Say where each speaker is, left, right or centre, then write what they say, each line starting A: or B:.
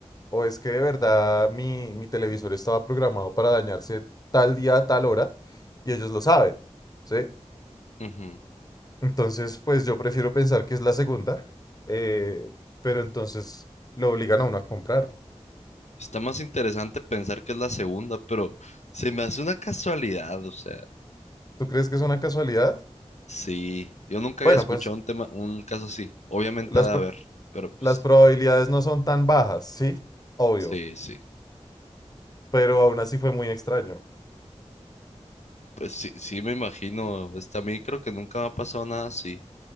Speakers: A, on the left (about 35°); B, on the left (about 75°).
A: o es que de verdad mi, mi televisor estaba programado para dañarse tal día, a tal hora? Y ellos lo saben, ¿sí?
B: Ujú.
A: Entonces, pues yo prefiero pensar que es la segunda, eh, pero entonces lo obligan a uno a comprar.
B: Está más interesante pensar que es la segunda, pero se me hace una casualidad, o sea,
A: ¿Tú crees que es una casualidad?
B: sí, yo nunca
A: Bueno,
B: había escuchado
A: pues
B: un tema, un caso así. Obviamente
A: las,
B: ha de
A: pro-
B: haber, pero pues,
A: las probabilidades no son tan bajas, ¿sí? Obvio,
B: sí, sí.
A: pero aún así fue muy extraño.
B: Pues sí, sí me imagino. Este, a mí creo que nunca me ha pasado nada así.